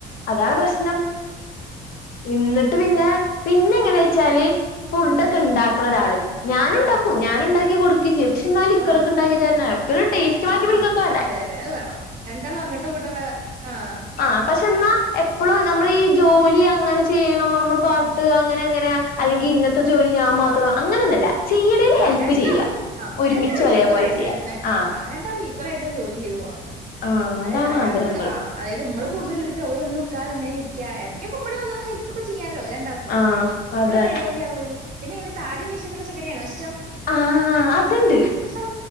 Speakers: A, on the left; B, on the right.
A: അതാണ് പ്രശ്നം എന്നിട്ട് പിന്നെ പിന്നെ എങ്ങനെ വെച്ചാല് ഫുഡ
B: ഉം.
A: ഒക്കെ ഉണ്ടാക്കണ ഒരാള് ഞാനും ഉണ്ടാക്കും
B: ആഹ്.
A: ഞാനൻ ഉണ്ടാക്കി കൊടുക്കയും ചെയ്യും പക്ഷെ എന്നാലും
B: ആഹ്.
A: ഇടക്ക ഉണ്ടാക്കി തര ഒരു ടേസ്റ്റ് മാറ്റി
B: ആഹ്.
A: പിടിക്കാക്കണ്ടേ
B: ആഹ്. അതെ അതെ അത് വേണംോ രണ്ടാള്ളം അങ്ങോട്ടും ഇങ്ങോട്ടുംൊക്കെ ആഹ്
A: ആ പക്ഷെ എന്നാ എപ്പോഴും നമ്മൾീഈ ജോലി അങ്ങനെ ചെയ്യണം നമ്മൾ പാട്ട്
B: ആഹ്.
A: അങ്ങനെ അങ്ങനെ അല്ലെങ്കിൽ
B: ആഹ്.
A: ഇന്നത്തെ ജോലി ഞാൻ മാത്രം അങ്ങനൊന്നല്ല ചെയ്യണേൽ
B: ആ
A: ഹെൽപ്പ്
B: രണ്ടാളും
A: ചെയ്യ
B: ആ
A: ഒരുമിച്ച്
B: രണ്ടാളും
A: ഒരേപോലെ
B: ഈക്വൽ ആയിട്ട്െ
A: ചെയ്യാ ആഹ്
B: ആ രണ്ടാളും ഈക്വൽ ആയിട്ട് ജോലി ചെയ്ത് പോണം
A: ആഹ്
B: അതായത്
A: അതാണ്
B: അയാൾക്ക്
A: ആഗ്രഹങ്ങള്
B: ആ് അതത് നമ്മള് കൂടുതൽ എടുക്ക ഒന്നും ാതെങ്ങനെ ഇരിക്കാ ഇടയ്ക്കൊക്കെ മമ്മടി വന്ന ഹെൽപ് ഒക്കെ ചെയ്യാാലോ രണ്ടാക്കും
A: ആഹ്
B: അപ്പഴെല്ലാ
A: അതെ
B: അരിപാടിിയവുള്ളൂ പിന്നെ അെ താടി മീശക്കുള്ള ചെക്കന ആണോ ഇഷ്ടം
A: ആഹ് അതുണ്ട്
B: ആ